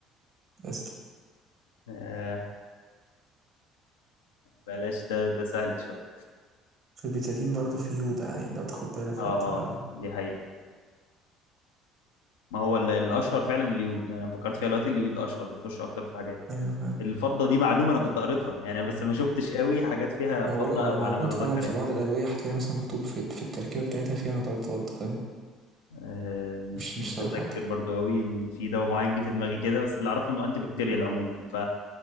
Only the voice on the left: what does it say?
آه... بلاش ده ده سهل شويه
اه آه، دي حقيقة ما هو ال- الاشهر فعلا اليود يعني انا فكرت فيها دلوقتي اليود اشهر بيخش اكتر في الحاجات
الفضه دي معلومه انا كنت قريتها يعني بس ما شفتش قوي حاجات فيها فضه
او
على ما
اتذكر
يعني
أه مش
متذكر
برضو قوي ان في دواء معين جه في دماغي كده بس اللي اعرفه انه انتي بكتيريال عموما ف